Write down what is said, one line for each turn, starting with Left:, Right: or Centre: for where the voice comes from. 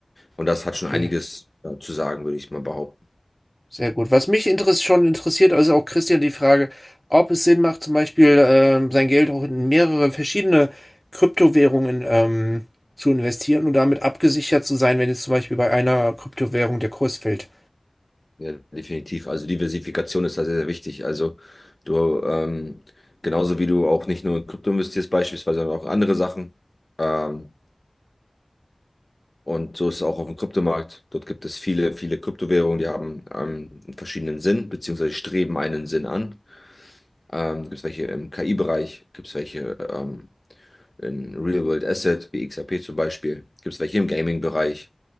Left: Und das hat
Centre: Okay.
Left: schon einiges äh, zu sagen, würde ich mal behaupten.
Centre: Sehr gut. Was mich interess schon interessiert, also auch Christian, die Frage, ob es Sinn macht, zum Beispiel ähm, sein Geld auch in mehrere verschiedene Kryptowährungen ähm, zu investieren und damit abgesichert zu sein, wenn jetzt zum Beispiel bei einer Kryptowährung der Kurs fällt.
Left: Ja, definitiv. Also Diversifikation ist da sehr, sehr wichtig. Also du, ähm, genauso wie du auch nicht nur in Krypto investierst beispielsweise, sondern auch andere Sachen. Ähm, und so ist es auch auf dem Kryptomarkt. Dort gibt es viele, viele Kryptowährungen, die haben ähm, einen verschiedenen Sinn, beziehungsweise streben einen Sinn an. Ähm, gibt es welche im KI-Bereich, gibt es welche ähm, in Real World Asset, wie XRP zum Beispiel. Gibt es welche im Gaming-Bereich?